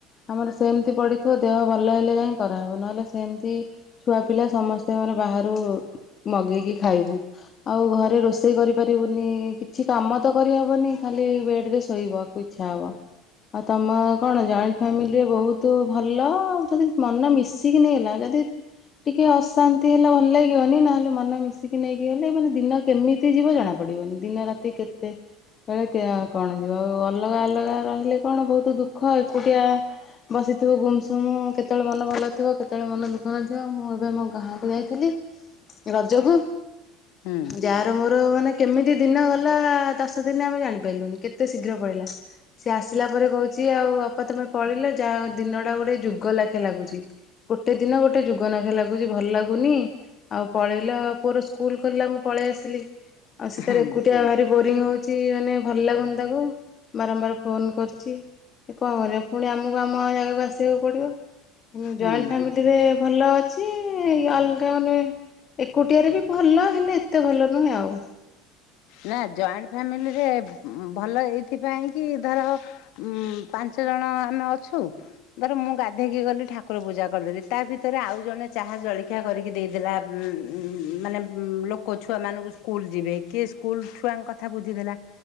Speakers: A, on the left; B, on the left.
A: ଆମର ସେମିତି ପଡ଼ିଥିବ ଦେହ ଭଲ ହେଲେ ଯାଇଁ କରାହେବ। ନହେଲେ ସେମିତି ଛୁଆ ପିଲା ସମସ୍ତଙ୍କର ବାହାରୁ ମଗେଇକି ଖାଇବୁ। ଆଉ ଘରେ ରୋଷେଇ କରିପାରିବୁନି। କିଛି କାମ ତ କରିହବନି ଖାଲି ବେଡରେ ଶୋଇବାକୁ ଇ ଇଛା ହବ ଆଉ ତମ କଣ ଜ ଫ୍ୟାମିଲିରେ ବହୁତ ଭଲ ଆ ଯଦି ମନ ମିଶିକି ନେଇଗଲା ଯଦି ଟିକେ ଅଶାନ୍ତି ହେଲେ ଭଲ ଲାଗିବନି। ନହେଲେ ମନ ମିଶିକି ନେଇକି ଗଲେ ମାନେ ଦିନ କେମିତି ଯିବ ଜଣା ପଡିବନି। ଦିନ ରାତି କେତେ ବେଳେ କେ କଣ ଯିବ ଆଉ ଅଲଗା ଅଲଗା ରହିଲେ କଣ ବହୁତ ଦୁଃଖ ଏକୁଟିଆ ବସିଥିବ ଗୁମ୍ ସୁମ୍ କେତେବେଳେ ମନ ଭଲ ଥିବ କେତେବେଳେ ମନ ଦୁଃଖ ନଥିବ ମୁଁ ଏବେ ମୋ ଗାଁକୁ ଯାଇଥିଲି ରଜକୁ
B: ହୁଁ
A: ଯାଆର ମୋର ମାନେ କେମିତି ଦିନ ଗଲା ଦଶ ଦିନ ଆମେ ଜାଣିପାରିଲୁନି କେତେ ଶୀଘ୍ର ପଲେଇଲା। ସେ ଆସିଲା ପରେ କହୁଚି ଆଉ ଅପା ତମେ ପଳେଇଲ ଯାହା ଦିନଟା ଗୋଟେ ଯୁଗ ଲେଖା ଲାଗୁଚି। ଗୋଟେ ଦିନ ଗୋଟେ ଯୁଗନାଖ ଲାଗୁଚି। ଭଲ ଲାଗୁନି ଆଉ ପଳେଇଲ ଆଉ ପୁଅର ସ୍କୁଲ ଖୋଲିଲା ମୁଁ ପଳେଇ ଆସିଲି। ଆଉ ସେ
B: ହୁଁ
A: ତାରେ ଏକୁଟିଆ ଭାରି ବୋରିଙ୍ଗ ହଉଚି ମାନେ ଭଲ ଲାଗୁନି ତାକୁ। ବାରମ୍ବାର ଫୋନ୍ କରୁଚି। କଣ କରିବ ପୁଣି ଆମକୁ ଆମ ଜାଗାକୁ ଆସିବାକୁ ପଡ଼ିବ। କିନ୍ତୁ
B: ହୁଁ।
A: ଜଏଣ୍ଟ ଫ୍ୟାମିଲିରେ ଭଲ ଅଛି। କି ଅଲଗା ମାନେ ଏକୁଟିଆରେ ବି ଭଲ ହେଲେ ଏତେ ଭଲ ନୁହେଁ ଆଉ।
B: ନା ଜଏଣ୍ଟ ଫ୍ୟାମିଲିରେ ଭଲ ଏଇଥିପାଇଁ କି ଧର ଉଁ ପାଞ୍ଚ ଜଣ ଆମେ ଅଛୁ ଧର ମୁଁ ଗାଧେଇକି ଗଲି ଠାକୁର ପୂଜା କରିଦେଲି, ତା ଭିତରେ ଆଉ ଜଣେ ଚାହା ଜଳଖିଆ କରିକି ଦେଇଦେଲା। ଉ-ଉ ମାନେ ଲୋକ ଛୁଆ ମାନଙ୍କୁ ସ୍କୁଲ ଯିବେ କିଏ ସ୍କୁଲ ଛୁଆଙ୍କ କଥା ବୁଝିଦେଲା।